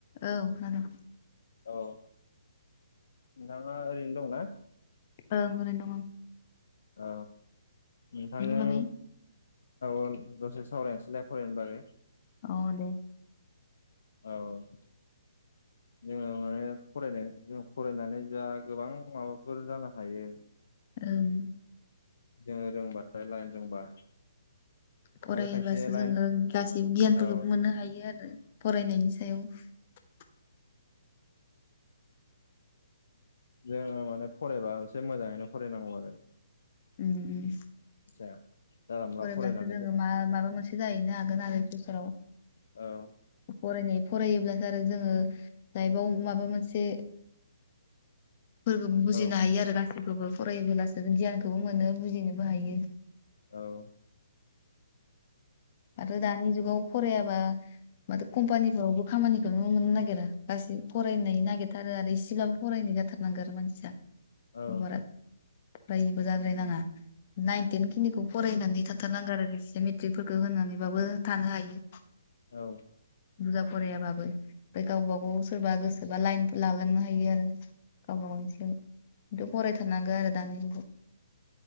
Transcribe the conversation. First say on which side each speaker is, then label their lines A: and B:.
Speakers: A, on the left; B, on the left.
A: औ खोनादों
B: औ नोंथाङा ओरैनो दंना
A: ओं ओरैनो दङ
B: औ नोंथांजों
A: बागै
B: औ दसे सावरायनोसैलाय फरायनो बागै
A: अ दे
B: औ <unintelligible> फरायनाय फरायनानै जा गोबां माबाफोर जानो हायो
A: ओं।
B: जोङो रोंबा लाइन रोंबा
A: फरायोबासो
B: आरो खायसे
A: जोङो
B: लाइन
A: गासैबो गियानफोरखौबो
B: औ
A: मोननो हायो आरो फरायनायनि सायाव
B: जोङो माने फरायबा एसे मोजाङैनो फरायनांगौ आरो
A: उम उम
B: <unintelligible>
A: फरायब्लासो
B: फरायनानै
A: जोङो मा माबा मोनसे जाहैनो हागोन आरो भिउसाराव।
B: औ
A: फरायनाय फरायोब्लासो आरो जोंङो लाइफआव माबा मोनसे फोर बुजिनो
B: औ
A: हायो आरो गासिखौबो फरायोब्लासो गियानखौबो मोनो बुजिनोबो हायो।
B: औ
A: आरो दानि जुगाव फरायाबा माथो कम्पानिफोरावबो खामानिखौनो मोननो नागिरा गासै फरायनाय नागिरथारो आरो एसेब्लाबो फरायनाय जा थारनांगो आरो मानसिया
B: औ
A: बारा फरायिबो जाद्राय नाङा। नाइन थेन खिनिखौ फरायनानै थाथारनांगोन आरो <unintelligible> मेट्रिकफोरखौ होनानैबाबो थानो हायो
B: औ
A: बुरजा फरायाबाबो ओमफ्राय गावबा गाव सोरबा गोसोबा लाइनफोर लालांनो हायो आरो गावबा गावनिसो खिन्थु फरायथारनांगो आरो दानि जुगाव